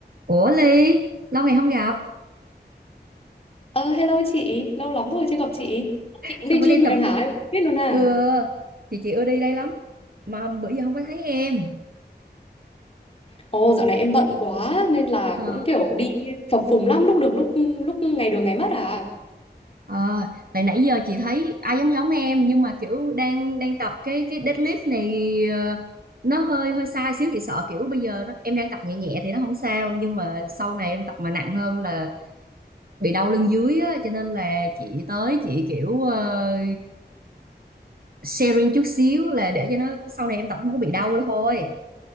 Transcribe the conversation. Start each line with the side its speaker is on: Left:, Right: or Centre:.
Right: Ủa Ly, lâu ngày không gặp,
Left: Ờ hello chị, lâu lắm rồi chưa gặp chị. Chị cũng
Right: sao
Left: đi
Right: bữa
Left: gym
Right: đây tập
Left: này hả? Em không biết luôn à.
Right: ừ, chị chị ưa đi đây lắm mà bữa giờ không có thấy em.
Left: Ồ dạo này em bận quá nên là
Right: Ờ
Left: cũng kiểu đi phập phùng lắm lúc được lúc lúc ngày được ngày mất à.
Right: ờ, tại nãy giờ chị thấy ai giống giống em nhưng mà kiểu đang đang tập cái cái deadlift này ờ, nó hơi hơi sai xíu chị sợ kiểu bây giờ nó, em đang tập nhẹ nhẹ thì nó không sao nhưng mà sau này em tập mà nặng hơn là bị đau lưng dưới á cho nên là chị tới chị kiểu ờ, sharing chút xíu là để cho nó sau này em tập không có bị đau nữa thôi.